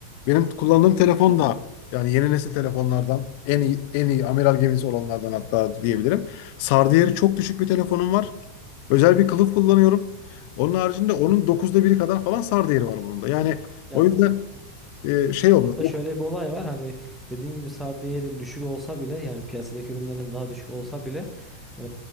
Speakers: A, on the left; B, in the centre.
A: benim kullandığım telefon da yani yeni nesil telefonlardan en iyi en iyi amiral gemisi olanlardan hatta diyebilirim. SAR değeri çok düşük bir telefonum var. Özel bir kılıf kullanıyorum. Onun haricinde onun dokuzda biri kadar falan SAR değeri var bunun da. Yani
B: Ya
A: o yüzden e, şey olmaz.
B: Burada
A: Yok,
B: şöyle bir olay var. Hani dediğin gibi SAR değeri düşük olsa bile yani piyasadaki ürünlerden daha düşük olsa bile e,